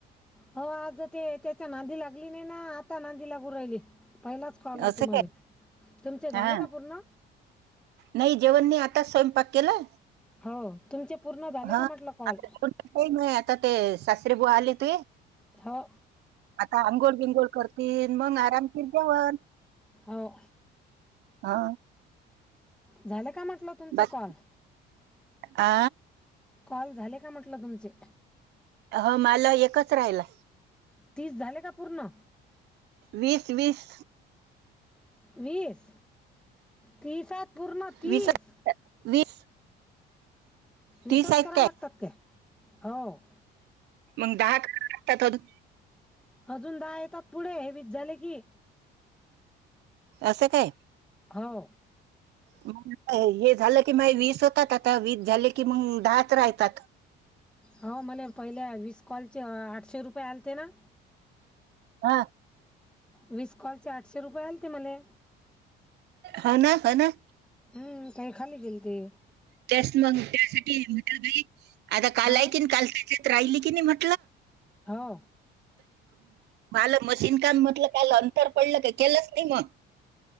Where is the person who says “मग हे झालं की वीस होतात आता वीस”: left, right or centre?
Right